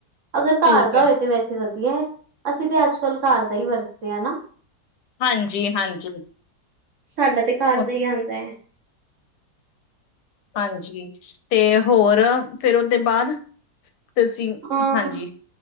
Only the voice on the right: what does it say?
ਅਗਰ
ਘਰ ਦਾ
ਹੋਏ ਤਾਂ ਵੈਸੇ ਵਧੀਆ ਹੈ ਅਸੀਂ ਤੇ ਅੱਜ ਕੱਲ ਘਰ ਦਾ ਹੀ ਵਰਤਦੇ ਹਾਂ ਨਾ
ਸਾਡਾ ਤੇ ਘਰ
ਦਾ ਹੀ ਆਉਂਦਾ ਹੈ
ਹਾਂ,